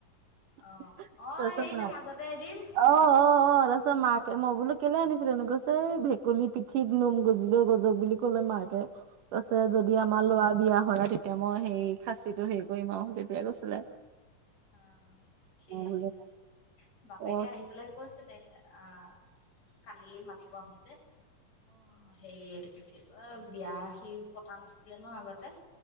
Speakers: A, on the right; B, on the left.
A: <unintelligible>
B: অ অ হেৰি
A: নাই,
B: যে মাজতে এদিন
A: অ', অ', অ'। তাপাছত মাকে মই বোলো কেলে অনিছিলেনো, কৈছে এই ভেকুলী পিঠিত নোম গজিলেও গজক বুলি ক'লে মাক কে কৈছে যদি
B: অ
A: আমাৰ ল'ৰা বিয়া হয়, আৰু তেতিয়া মই সেই খাছিটো হেৰি কৰিম আৰু তেতিয়া কৈছিলে।
B: অ', সেয়াই
A: মই বোলো
B: তেতিয়াহ'লে, বাপেকে
A: অ
B: আহি পেলাই কৈছিলে আহ, কালিয়ে মাতিব আহোঁতে অ', হেৰি কি বুলি কয় বিয়া সি পতা নাছিলে ন আগতে,